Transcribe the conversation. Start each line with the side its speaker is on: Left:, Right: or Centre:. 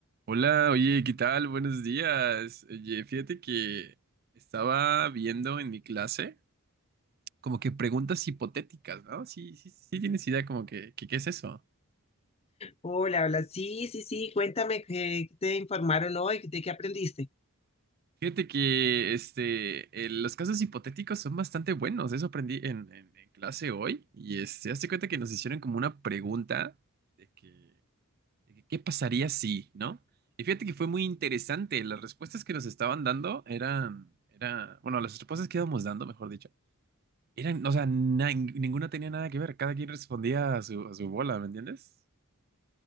Right: Hola, oye, ¿qué tal? Buenos días. Oye, fíjate que estaba viendo en mi clase como que preguntas hipotéticas, ¿no? Sí, sí, sí tienes idea como que, que ¿qué es eso?
Left: Hola, hola. Sí, sí, sí. Cuéntame qué qué te informaron hoy, de qué aprendiste.
Right: Fíjate que este, eh, los casos hipotéticos son bastante buenos. Eso aprendí en, en- en clase hoy. Y este, hazte cuenta que nos hicieron como una pregunta de que, de que ¿qué pasaría si, ¿no? Y fíjate que fue muy interesante. Las respuestas que nos estaban dando eran, era, bueno, las respuestas que íbamos dando, mejor dicho Eran, o sea, na- ninguna tenía nada que ver, cada quien respondía a su, a su bola, ¿me entiendes?